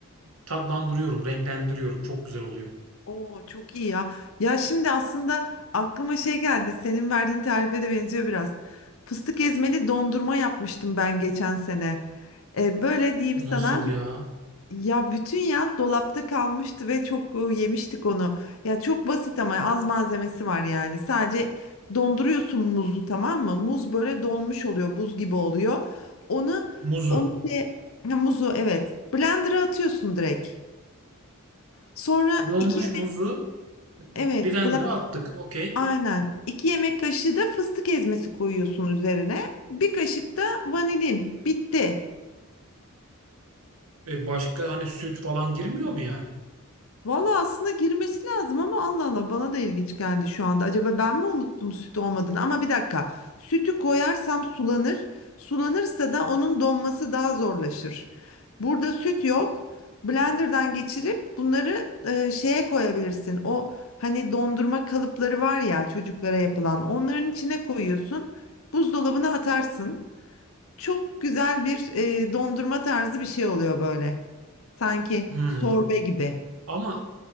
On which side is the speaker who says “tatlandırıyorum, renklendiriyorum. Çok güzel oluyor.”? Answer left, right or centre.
Right